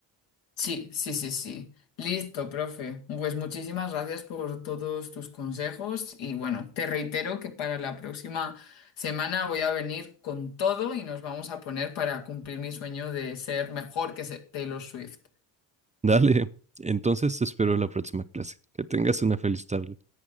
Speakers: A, on the left; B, on the right.
A: Sí, sí, sí, sí. Listo, profe. Pues muchísimas gracias por todos tus consejos y bueno, te reitero que para la próxima semana voy a venir con todo y nos vamos a poner para cumplir mi sueño de ser mejor que se- Taylor Swift.
B: <laughs> Dale. Entonces te espero en la próxima clase. Que tengas una feliz tarde.